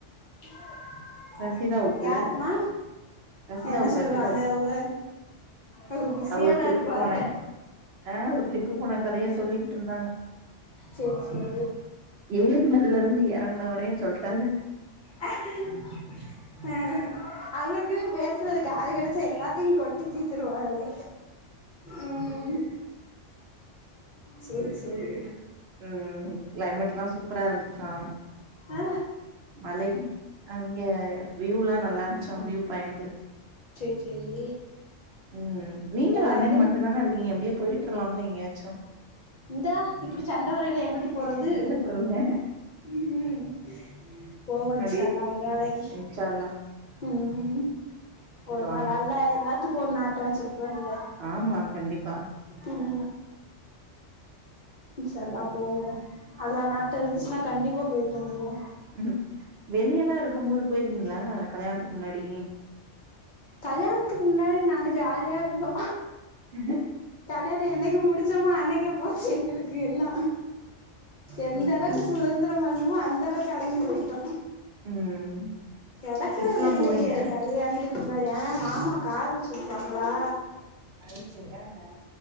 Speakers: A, on the left; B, on the right.
A: <inaudible>
B: ரசிதாவுக்கு
A: யாருக்குமா
B: ரசிதாவுக்கு
A: என்ன சொல்றாக
B: ரசிதாவுக்கு
A: அவுக அவுக பிஸியால்ல
B: அவங்க ட்ரிப்பு
A: இருப்பாக
B: போன ஆ வுட்ரு ஒரு ட்ரிப்பு போனா கதைய சொல்லிக்கிட்டு இருந்தாங்க
A: சேர் சேரி
B: ஏர்னதுல இருந்து இறங்கின வரையும் சொல்டாங்க
A: அ அவருக்னு பேசுறது ஆளு கெடைச்சா எல்லாத்தையு கொட் டித் தீத்ருவாகளே உம் சேரி சேரி
B: உம் கிளைமேட் எல்லா சூப்பரா இருந்துச்சா
A: ஆ
B: மலை அங்க வியூ எல்லா நல்லா இருந்துச்சா வியூ பாயிண்ட்டு
A: செர் சேரி
B: உம் நீங்களு
A: எல்லாருது
B: அண்ணன் மட்டு தான இருக்கீங்க அப்டியோ போயிட்ருலாம்ல எங்கேயாச்சு
A: இந்தா இப்டி சண்டை வரையில எங்குட்டு போறது
B: சொல்லுங்க
A: உம் போவோ இன்ஷால்லா
B: அப்டியே
A: ஒரு நாளைக்கு
B: இன்ஷா அல்லாஹ்
A: உம் ம் ஒரு
B: வாங்க
A: நாள் அல்லாஹ் எல்லாத்துக்கு ஒரு நாட்ட வச்சுருப்பான்ல
B: ஆமா கண்டிப்பா
A: உம் இன்ஷாஅல்லாஹ் போவோ அல்லாஹ் நாட்ட இருந்துச்சுன்னா கண்டிப்பா போயிட்டு வந்துருவோ
B: ம் வெளிய எல்லா இருக்கும் போது போயிருக்கீங்களா கல்யாணத்துக்கு முன்னாடி
A: கல்யாணத்துக்கு முன்னாடி நாங்க ஜாலியா இருந்தோ
B: ம் ஹும்
A: கல்யாணோ என்னைக்கு முடிச்சுசோமோ அன்னைக்கே போச்சு எங்களுக்கு எல்லா எந்த
B: ம்
A: அளவுக்கு சுதந்திரமா இருந்தமோ அந்த அளவுக் கெடங்கி பொயிட்டோ
B: ம்
A: கெடக்குறது
B: ட்ரிப்லா
A: இல்லையே
B: போவீங்க
A: கல்யாணத்துக் முன்னாடி ஆ மாமா கார் வச்சுருப்பாங்களா
B: அது சரியான நேரோ